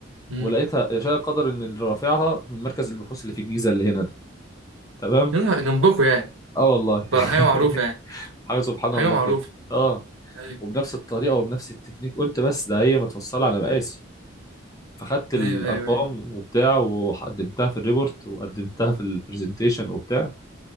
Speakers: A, on the right; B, on the left.
A: امم
B: ولقيتها يشاء القدر ان اللي رافعها من مركز البحوث اللي في الجيزه اللي هنا ده تمام
A: يا نهار جنبكوا يعني
B: اه والله
A: بقى حاجة معروفة يعني
B: <laughs> حاجه سبحان
A: حاجة
B: الله
A: معروفة
B: كده اه
A: ايوه
B: وبنفس الطريقه وبنفس التكنيك قلت بس ده هي متفصله على مقاسي فخدت الارقام
A: ايوه ايوه, أيوة.
B: وبتاع وقدمتها في الريبورت وقدمتها في البرزنتيشن وبتاع